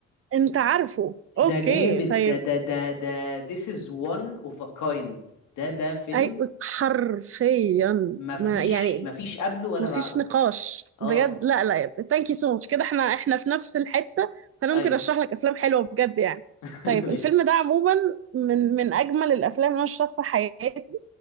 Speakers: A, on the right; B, on the left.
A: انت عارفه اوكي
B: ده جامد
A: طيب
B: ده ده ده ده this is one of a kind ده ده فيلم
A: اي حرفيا
B: مفيش
A: ما يعني
B: مفيش قبله ولا
A: مفيش
B: بعده
A: نقاش
B: اه
A: بجد لا لا يا ابني، ثانك يو سو ماتش كده احنا احنا في نفس الحتة فانا
B: ايوه
A: ممكن ارشح لك افلام حلوة بجد يعني
B: <laughs>
A: طيب
B: ماشي
A: الفيلم ده عموما من من اجمل الافلام اللي انا شفتها في حياتي